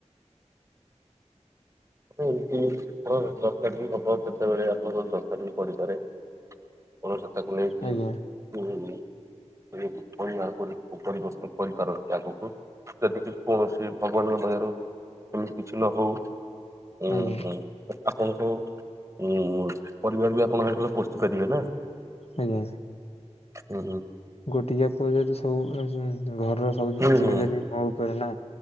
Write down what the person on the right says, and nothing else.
ଏମତି ଆ ଦରକାର ହବ କେତେବେଳେ ଆପଣଙ୍କ ଦରକାର ବି ପଡିପାରେ। କୋଉନସତାକୁ ନେଇକି
ଯଦି ପରିବାର ପରି ପରିବେଷଣ କରିପାରନ୍ତି ଆଗକୁ ଯଦି କି କୌଣସି ଭଗବାନଙ୍କ ଦୟାରୁ ଏମିତି କିଛି ନହଉ ଆପଣଙ୍କୁ
ହୁ ପରିବାର ବି ଆପଣ ପୋଷି ପାରିବେ ନା
ହୁଁ
ହୁଁ
ହୁଁ